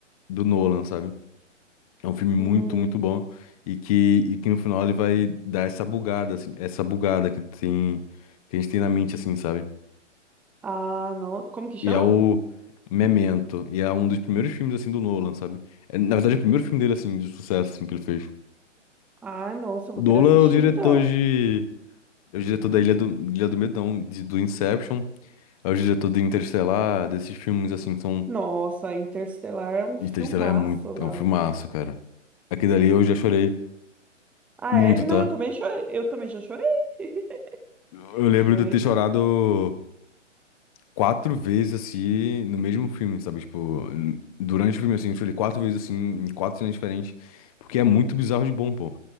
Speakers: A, on the left; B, in the centre.
A: do Nolan, sabe? É um filme muito,
B: Hum,
A: muito bom e que, e que no final ele vai dar essa bugada, assim, essa bugada que tem, que a gente tem na mente, assim, sabe?
B: ah, não. Como que chama?
A: E é o Memento, e é um dos primeiros filmes, assim, do Nolan, sabe? É, na verdade, é o primeiro filme dele, assim, de sucesso, assim, que ele fez.
B: Ah, nossa, eu
A: Nolan
B: vou querer assistir
A: é o diretor
B: então.
A: de... É o diretor da Ilha do, Ilha do Medo, não, de- do Inception, é o diretor do Interstellar, desses filmes, assim, que são...
B: Nossa, Interstellar é um
A: Interstellar
B: filmaço,
A: é muito...
B: né?
A: É um filmaço, cara. Aquele dali eu já chorei
B: Ah,
A: muito,
B: é? Não,
A: tá?
B: eu também chorei. Eu também já chorei. <laughs>
A: Eu lembro
B: Chorei
A: de eu ter
B: super.
A: chorado. quatro vezes assim no mesmo filme, sabe? Tipo, n- durante o filme assim, eu chorei quatro vezes assim, em quatro cenas diferentes, porque é muito bizarro de bom, pô.